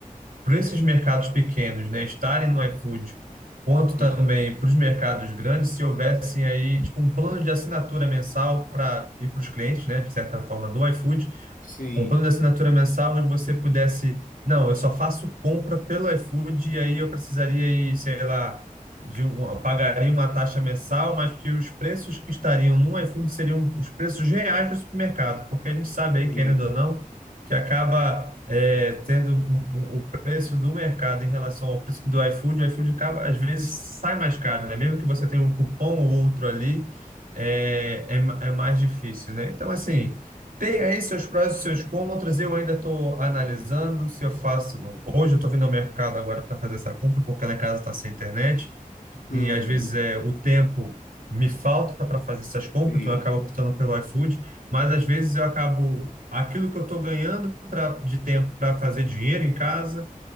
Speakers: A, on the right; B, on the left.
A: para esses mercados pequenos, né, estarem no iFood, quanto também
B: Uhum.
A: para os mercados grandes, se houvessem aí tipo um plano de assinatura mensal para ir para os clientes, né, de certa forma do iFood,
B: Sim,
A: um plano de assinatura mensal onde você pudesse, não, eu só faço compra pelo iFood e aí eu precisaria ir, sei lá, de um, eu pagaria uma taxa mensal, mas que os preços que estariam no iFood seriam os preços reais do supermercado, porque a gente sabe aí,
B: sim.
A: querendo ou não, que acaba é, tendo o o preço do mercado em relação ao preço do iFood, o iFood acaba, às vezes sai mais caro, né? Mesmo que você tenha um cupom ou outro ali, é, é, ma- é mais difícil, né? Então, assim, tem aí seus prós e seus contras. Eu ainda estou analisando se eu faço. Hoje eu estou vindo ao mercado agora para fazer essa compra, porque lá em casa está sem internet.
B: Uhum.
A: E às vezes é, o tempo me falta para fazer essas compras,
B: Sim.
A: então eu acabo optando pelo iFood. Mas às vezes eu acabo. Aquilo que eu estou ganhando pra, de tempo para fazer dinheiro em casa,